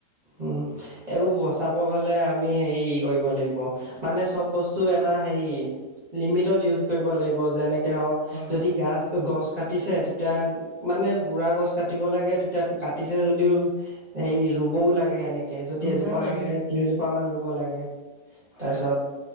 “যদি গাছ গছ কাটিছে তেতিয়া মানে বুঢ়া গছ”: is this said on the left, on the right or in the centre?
Right